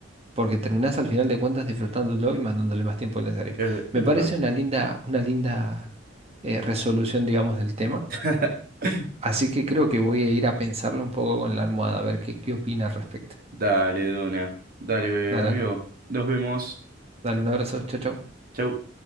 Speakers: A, on the right (about 35°); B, on the right (about 50°).
A: Porque terminás al final de cuentas disfrutándolo y mandándole más tiempo al necesario.
B: eh,
A: Me
B: es
A: parece
B: verdad.
A: una linda, una linda eh, resolución, digamos, del tema.
B: <laughs>
A: Así que creo que voy a ir a pensarlo un poco con la almohada, a ver qué, qué opina al respecto.
B: Dale, Dona, dale,
A: Dale,
B: amigo, nos vemos.
A: dale un abrazo, chau, chau.
B: Chau.